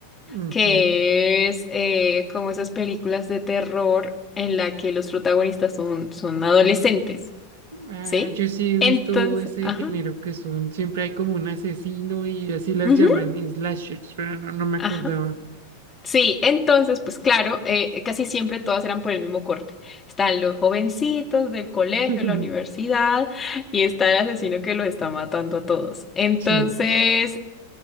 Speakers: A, on the right (about 55°); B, on the left (about 20°).
A: ujú.
B: que es eh, como esas películas de terror en la que los protagonistas son, son adolescentes,
A: Ah,
B: ¿sí?
A: yo sí he visto
B: Entonces,
A: ese
B: ajá,
A: género que son, siempre hay como un asesino y así las
B: ujú,
A: llaman, slashers, pero no, no me
B: ajá.
A: acordaba.
B: Sí, entonces, pues claro, eh, casi siempre todas eran por el mismo corte. Están los jovencitos del colegio,
A: <laughs>
B: la universidad, y está el asesino que los está matando a todos. Entonces,
A: Sí.